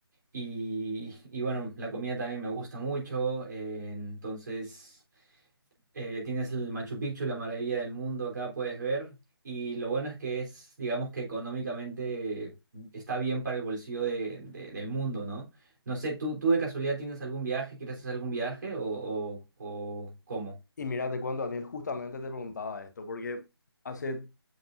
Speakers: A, on the right (about 45°); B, on the left (about 45°).
A: y, y bueno, la comida también me gusta mucho, eh, entonces. eh, tienes el Machu Picchu, la maravilla del mundo, acá puedes ver. Y lo bueno es que es, digamos que económicamente está bien para el bolsillo de- de- del mundo, ¿no? No sé, ¿tú, tú de casualidad tienes algún viaje? ¿Quieres hacer algún viaje o, o, o cómo?
B: Y mira, te cuento, Daniel, justamente te preguntaba esto, porque hace